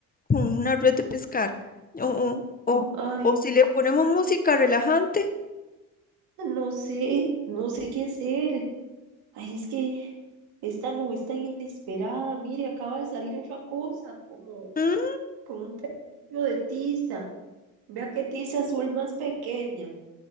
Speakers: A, on the left; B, on the right.
A: con una red de pescar. O, o, o,
B: Ay,
A: o si le ponemos música relajante.
B: no sé, no sé qué hacer. Ay, es que esta nube es tan inesperada. Mire, acaba de salir otra cosa, como,
A: Mm,
B: como un pedacillo de tiza. Vea qué tiza azul más pequeña.